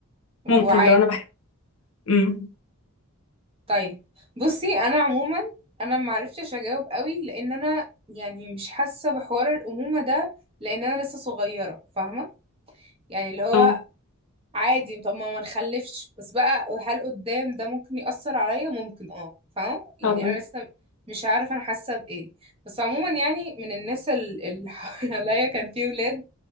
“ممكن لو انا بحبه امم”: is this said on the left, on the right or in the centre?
Left